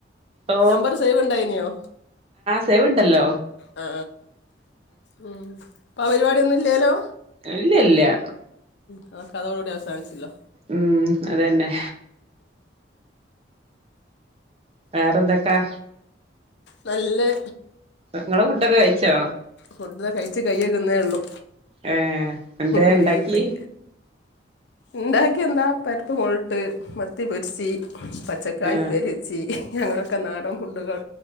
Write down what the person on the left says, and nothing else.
നമ്പർ സേവ് ഉണ്ടായിന്യോ.
ആ ഉം പ്പ ആ പരിപാടൊന്നുംല്ലല്ലോ.
തൊക്കെ അതോട്കൂടി അവസാനിച്ചില്ലോ.
നല്ല.
ഫുഡ കഴിച്ചു കയക്കുന്നേള്ളു
വഴകിപ്പയി.
ഉണ്ടാക്കിയ എന്താ പരിപ്പ് മുളട്ട് മത്തി പൊരിച്ച്.. പച്ചക്കായ
പെരിച്ചി അങ്ങനെക്കെ നാടൻ ഫുഡുകൾ.